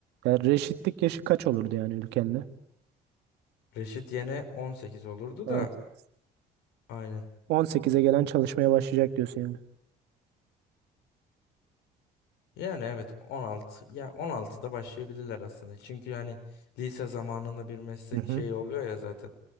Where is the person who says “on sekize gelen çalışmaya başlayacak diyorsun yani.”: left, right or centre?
Right